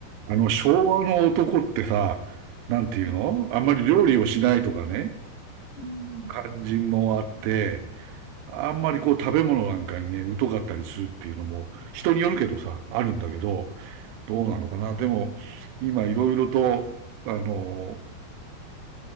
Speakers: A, on the right (about 75°); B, on the left (about 55°).
A: あの、昭和の男ってさ、なんていうのあんまり料理をしないとかね、
B: はい。うん。
A: 感じもあって、あんまりこう食べ物なんかにね、疎かったりするっていうのも、人によるけどさ、
B: はい。
A: あるんだけど、どうなのかな。
B: うん。
A: でも、今いろいろと、あの、